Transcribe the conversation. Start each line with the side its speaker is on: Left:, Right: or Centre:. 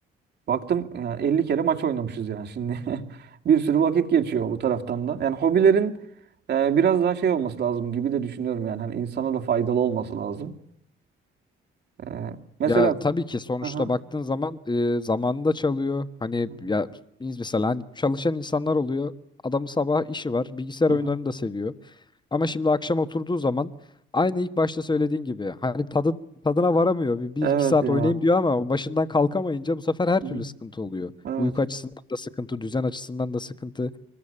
Right: Baktım yani 50 kere maç oynamışız yani şimdi. <laughs> bir sürü vakit geçiyor bu taraftan da. Yani hobilerin e, biraz daha şey olması lazım gibi de düşünüyorum yani. Hani insana da faydalı olması lazım. E, mesela...
Left: Ya tabii ki sonuçta
Right: Aha.
Left: baktığın zaman e, zamanında çalıyor. Hani
Right: Hı hı.
Left: ya biz mesela hani çalışan insanlar oluyor. Adamın sabah işi var. Bilgisayar
Right: Hı
Left: oyunlarını
Right: hı.
Left: da seviyor. Ama şimdi akşam oturduğu zaman aynı ilk başta söylediğin gibi hani tadı tadına varamıyor. Bir, bir
Right: Evet
Left: iki saat
Right: ya.
Left: oynayayım diyor ama başından kalkamayınca bu sefer her türlü
Right: Hı hı.
Left: sıkıntı oluyor.
Right: Evet.
Left: Uyku açısından da sıkıntı, düzen açısından da sıkıntı.